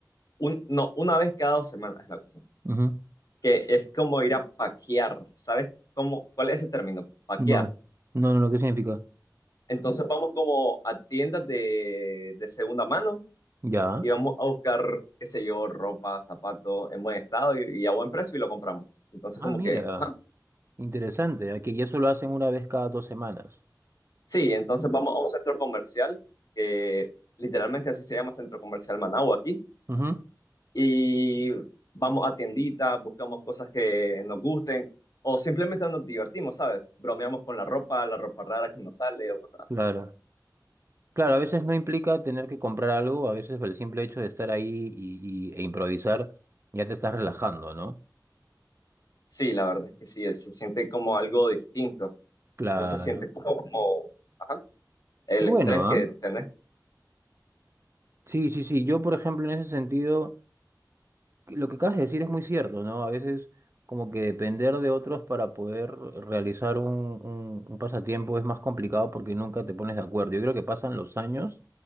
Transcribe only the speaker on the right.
Ujú.
No. No, no, no, ¿qué significa?
Ya.
Ah,
mira,
interesante. Aquí y eso lo hacen una vez cada dos semanas.
Ujú.
Claro.
Claro, a veces no implica tener que comprar algo, a veces el simple hecho de estar ahí y, y- e improvisar ya te estás relajando, ¿no?
Claro.
Qué bueno,
¿ah?
Sí, sí, sí. Yo, por ejemplo, en ese sentido. Lo que acabas de decir es muy cierto, ¿no? A veces como que depender de otros para poder realizar un, un- un pasatiempo es más complicado porque nunca te pones de acuerdo. Yo creo que pasan los años